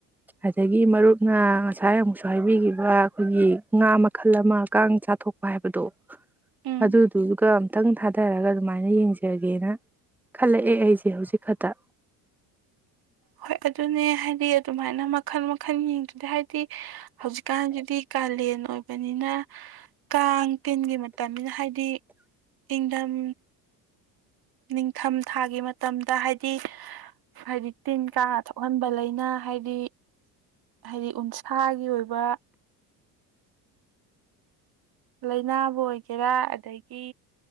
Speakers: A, in the centre; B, on the right (about 50°).
A: ꯑꯗꯒꯤ ꯃꯔꯨꯞꯅ ꯉꯁꯥꯏ ꯑꯃꯨꯛꯁꯨ ꯍꯥꯏꯕꯤꯈꯤꯕ ꯑꯩꯈꯣꯏꯒꯤ ꯉꯥ ꯃꯈꯜ ꯑꯃ ꯀꯥꯡ ꯆꯥꯊꯣꯛꯄ ꯍꯥꯏꯕꯗꯣ
B: ꯎꯝ
A: ꯑꯗꯨꯗꯨꯗꯨꯒ ꯑꯝꯇꯪ ꯊꯥꯗꯔꯒ ꯑꯗꯨꯃꯥꯏꯅ ꯌꯦꯡꯖꯒꯦꯅ ꯈꯜꯂꯛꯑꯦ ꯑꯩꯁꯦ ꯍꯧꯖꯤꯛ ꯈꯛꯇ
B: ꯍꯣꯏ ꯑꯗꯨꯅꯦ ꯍꯥꯏꯗꯤ ꯑꯗꯨꯃꯥꯏꯅ ꯃꯈꯜ ꯃꯈꯜ ꯌꯦꯡꯗꯨꯗꯤ ꯍꯥꯏꯗꯤ ꯍꯧꯖꯤꯛꯀꯥꯟꯗꯨꯗꯤ ꯀꯥꯂꯦꯟ ꯑꯣꯏꯕꯅꯤꯅ ꯀꯥꯡ ꯇꯤꯟꯒꯤ ꯃꯇꯝꯅꯤꯅ ꯍꯥꯏꯗꯤ ꯏꯪꯗꯝꯝ ꯅꯤꯡꯊꯝ ꯊꯥꯒꯤ ꯃꯇꯝꯗ ꯍꯥꯏꯗꯤ ꯍꯥꯏꯗꯤ ꯇꯤꯟ ꯀꯥ ꯊꯣꯛꯍꯟꯕ ꯂꯩꯅ ꯍꯥꯏꯗꯤ ꯍꯥꯏꯗꯤ ꯎꯟꯁꯥꯒꯤ ꯑꯣꯏꯕ ꯂꯥꯏꯅꯥꯕꯨ ꯑꯣꯏꯒꯦꯔꯥ ꯑꯗꯒꯤ